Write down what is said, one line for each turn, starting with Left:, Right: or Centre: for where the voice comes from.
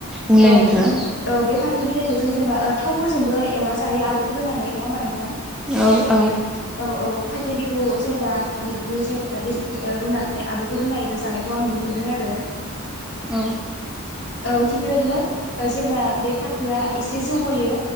Centre: बुंलाय
Left: औ
Centre: नोंथाङा
Left: औ बे फाथो बिलाइखौ जों जेनेबा थावफोरजोंबो एवना जायो आलुफोर होनानै नङा होनबा नोंथां
Centre: औ औ
Left: औ औ खायफाया बेखौ जेनेबा मैद्रु जेनेबा दै रुनानै आलुफोर रुनाय जानायखौ आं नुनो मोन्दों आरो <unintelligible>
Centre: औ
Left: औ थिग बेबायदिनो जेब्ला बे फाथोआ एसे जौबोयो